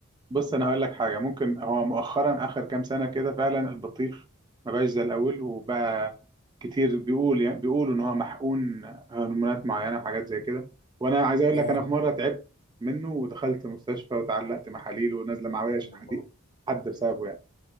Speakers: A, on the right; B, on the left.
A: بص انا هقول لك حاجه ممكن هو مؤخرا اخر كام سنه كده فعلا البطيخ ما بقاش زي الاول وبقى كتير بيقول يعني بيقولوا ان هو محقون هرمونات معينه وحاجات زي كده وانا عايز
B: <laughs>
A: اقول
B: اه
A: لك انا في مره تعبت منه ودخلت مستشفى وتعلقت محاليل ونازله معويه
B: سبحان
A: حديد
B: الله
A: حد بسببه يعني